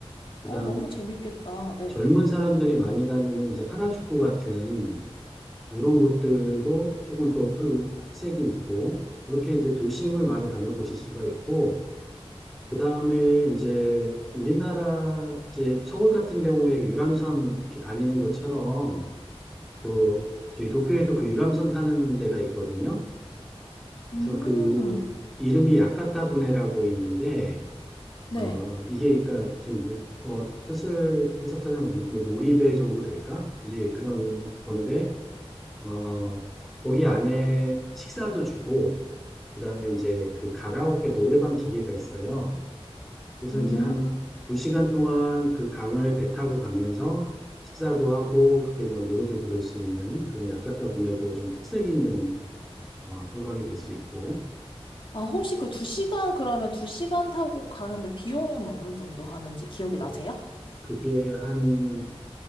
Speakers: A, in the centre; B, on the left (about 55°).
A: 그
B: 어,
A: 다음에
B: 너무 재밌겠다, 네.
A: 젊은 사람들이 많이 다니는 이제 하라주쿠 같은 이런 곳들도 조금 더 또 특색이 있고, 이렇게 이제 도심을 많이 다녀보실 수가 있고, 그 다음에 이제 우리나라 이제 서울 같은 경우에 그 유람선 이렇게 다니는 것처럼, 그 저희 도쿄에도 그 유람선 타는 데가 있거든요.
B: 음,
A: 그래서 그 이름이 야카타부네라고 있는데,
B: 네.
A: 어, 이게 그러니까 좀 뭐, 어, 뜻을 해석하자면 이- 뭐 놀이배 정도 될까? 이제 그런 건데 어, 거기 안에 식사도 주고 그다음에 이제 그 가라오케 노래방 기계가 있어요. 그래서
B: 음.
A: 이제 한 두 시간 동안 그 강을 배 타고 가면서 식사도 하고 그게 막 노래도 부를 수 있는 그런 야카타 분에도 좀 특색 있는 어, 관광이 될 수 있고
B: 아, 혹시 그 두시간 그러면 두시간 타고 가는데 비용은 어느 정도 하는지 기억이
A: 어,
B: 나세요?
A: 그게 한